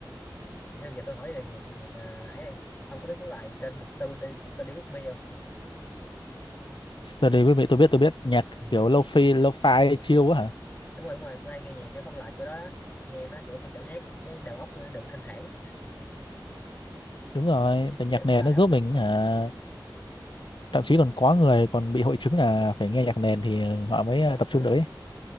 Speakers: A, on the left; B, on the left.
A: nhưng giờ tôi hỏi về nhạc nhạc à, ấy đây ông có biết mấy bài trên Study Study with me không
B: tôi đi biết tôi biết tôi biết nhạc
A: ừ.
B: kiểu lo-fi lo-fi chill á hả
A: đúng rồi đúng rồi tôi hay nghe nhạc kiểu không lời kiểu đó đó nghe nó kiểu tôi cảm giác cái đầu óc tôi nó được thanh thản
B: đúng rồi
A: kiểu,
B: tại nhạc
A: kiểu nó
B: nền
A: đỡ áp
B: nó giúp
A: lực
B: mình hả thậm chí còn có người còn bị hội chứng là phải nghe nhạc nền thì họ mới ờ,
A: à
B: tập trung được ấy